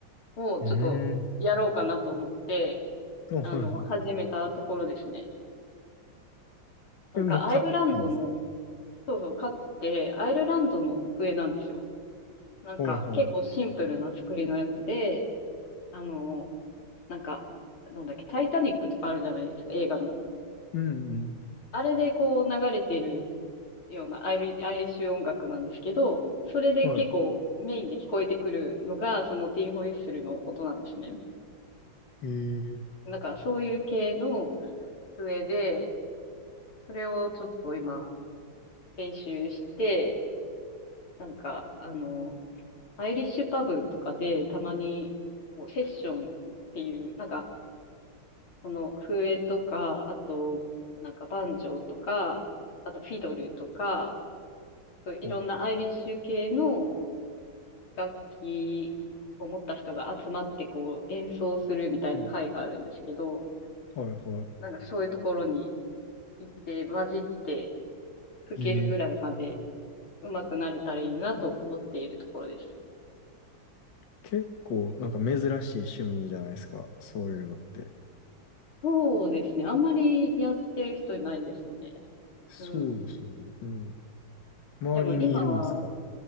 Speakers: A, on the left; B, on the left.
A: をちょっとやろうかなと思って、
B: い。うーん。あ、はいは
A: あの、始めたところですね。なんかアイルランドの、
B: い。え、もう買ったんですか
A: そうそう、買って、アイルランドの笛なんですよ。なんか、
B: はいはい。
A: 結構シンプルな作りのやつで、あの、なんか、なんだっけ、タイタニックとかあるじゃないですか、映画の。
B: うんうん。
A: あれでこう流れてるようなアイリ、アイリッシュ音楽なんですけど、それで結構メインで聞こえてくるのが、
B: は
A: そのティンホイッスルの音なんですね。
B: い。えー、
A: なんか、そういう系の笛で、それをちょっと今、練習して、なんか、あの、アイリッシュパブとかでたまにこうセッションっていう、なんか、その笛とか、あと、なんかバンジョーとか、あとフィドルとか、そういろんなアイリッシュ系の
B: はあ、
A: 楽器を持った人が集まってこう演奏するみたいな会があるんですけど、
B: はいはいは
A: なんかそういうところに行って混じって吹けるぐらいまで
B: い。えー、
A: 上手くなれたらいいなと思っているところです。
B: 結構なんか珍しい趣味じゃないですか。そういうのって。
A: そうですね。あんまりやってる人いないですよね。
B: そうですよね。
A: うん。
B: うん。周りにいるんですか
A: でも今は、